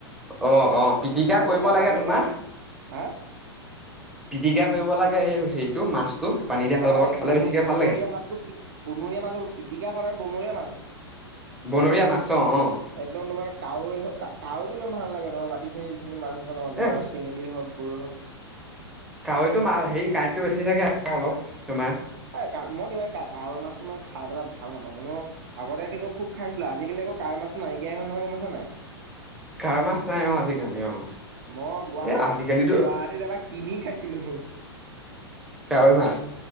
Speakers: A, in the centre; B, on the right (about 55°).
A: অ' অ' পিটিকা
B: আৰু
A: কৰিব
B: জাপানী
A: লাগে তোমাৰ
B: কাৱৈ হা
A: পিটিকা কৰিব লাগে, এ হেৰিটো মাছ টো পানী <unintelligible>
B: অ' এই
A: খালে
B: ব
A: বেছিকে
B: বনৰীয়া
A: ভাল লাগে
B: মাছটো পি বনৰীয়া মাছ পিটিকা বনায়ে বনৰীয়া মাছ।
A: বনৰীয়া মাছ অ' অ'।
B: একদম তোমাৰ কাৱৈ, কাৱৈ তো ইমান ভাল লাগে তোমাৰ বাকী সেইখিনি যিখিনি মাছ আছে ন তোমাৰ
A: এ
B: চেঙেলী হওঁক, গৰৈ হওঁক
A: কাৱৈতটো মাছ হেৰি কাঁইটটো বেছি থাকে আৰু অলপ তোমাৰ।
B: এ কা মই কিবা কাৱৈ মাছটো মানে খাই পেলাই ভাল নাপাওঁ। এনেও আগতে কিন্তু খুব খাইছিলোঁ। আজিকালি আকৌ কাৱৈ মছটো নাইকিয়া হ'ল নহয়, গ'ম পাছানে নাই?
A: কাৱৈ মাছ নাই, অ'আজিকালি অ'
B: মই গুৱ-গুৱাহাটীত
A: এ আজিকালিতো
B: এবাৰ কিনি খাইছিলোঁ।
A: কাৱৈ মাছ,